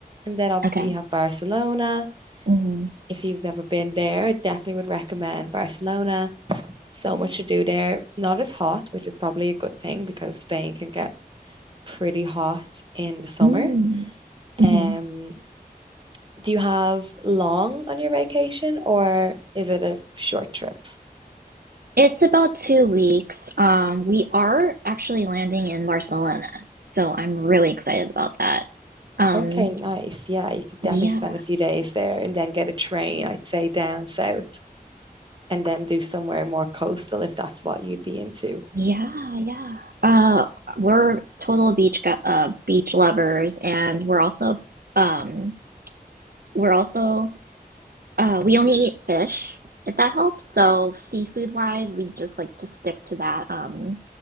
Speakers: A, on the right (about 30°); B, on the right (about 70°).
A: And then obviously
B: Okay.
A: you have Barcelona.
B: Mm.
A: If you've never been there, I definitely would recommend Barcelona. So much to do there. Not as hot, which is probably a good thing because Spain can get pretty hot in the summer.
B: Mm. hmm
A: Um, do you have long on your vacation or is it a short trip?
B: It's about two weeks. Um, we are actually landing in Barcelona, so I'm really excited about that. Um,
A: Okay, nice. Yeah, you could
B: yeah.
A: definitely spend a few days there and then get a train, I'd say, down south and then do somewhere more coastal if that's what you'd be into.
B: Yeah, yeah. Uh, we're total beach go uh beach lovers, and we're also um we're also uh we only eat fish, if that helps. So seafood wise, we just like to stick to that um